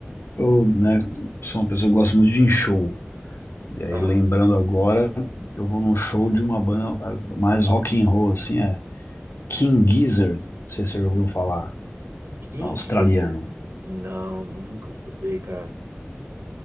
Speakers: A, on the left (about 65°); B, on the right (about 80°).
A: eu, né, sou uma pessoa que gosta muito de ir em show. E aí,
B: Ah,
A: lembrando agora, eu vou num show de uma banda eh, mais rock and roll, assim, é King Gizzard, não sei se você já ouviu falar,
B: King
A: é um australiano.
B: Gizzard? Não, nunca escutei, cara.